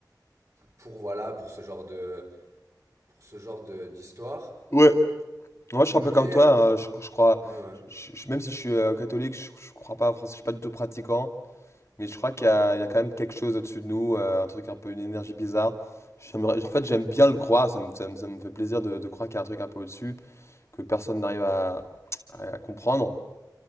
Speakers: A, on the right; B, on the left.
A: pour voilà pour ce genre de pour ce genre de d'histoire
B: Ouais, Moi, je
A: mais
B: suis un peu comme toi, hein, je, je crois,
A: mais ouais
B: je- je- même si je suis euh, catholique, je, je crois pas, français, je suis pas du tout pratiquant, mais je crois qu'il y a, il y a quand même quelque chose au-dessus de nous, euh, un truc un peu, une énergie bizarre. J'aimerais- en fait, j'aime bien le croire, ça me, ça me- ça me fait plaisir de, de croire qu'il y a un truc un peu au-dessus, que personne n'arrive à, à- à comprendre.